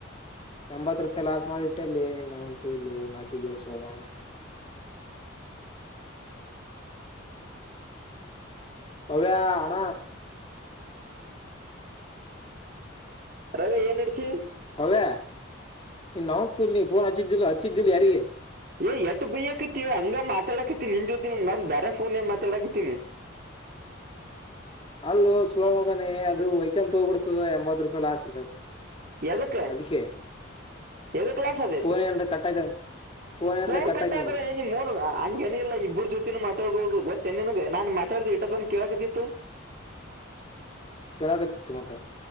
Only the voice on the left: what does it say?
ಎಂಬತ್ ರೂಪಾಯಿ ಲಾಸ್ ಮಾಡಿ ಇಟ್ಟಲ್ಲಿ ಏ ನಿಮ್ಮವ್ವನ ನಾಚಿಗೆಟ್ಟು ಸುಳೇ ಮಗನೆ <unintelligible> ಪವ್ಯ ಹಣ
ಪವ್ಯ ಲೇ ನಿಮ್ಮವನ ಪೋನ್ ಹಚ್ಚಿದ್ದಿಲ್ಲ ಹಚ್ಚಿದ್ದಿಲ್ಲ ಯಾರಿಗೆ
ಅಲ್ಲೋ ಸುಳೇ ಮಗನೇ ಅದು ವೈಕಂತ ಹೋಗ್ಬಿಡ್ತದ ಎಂಬತ್ತು ರೂಪಾಯಿ ಲಾಸ್
ಅದಕ್ಕೆ
ಫೋನ್ ಏನ್ರ ಕಟ್ ಆಯ್ತ ಏನ್ರ
ಕಟ್
ಆಯ್ತ ಅಂದ್ರ
ಕೇಳಾಗತಿತ್ತು ಮತ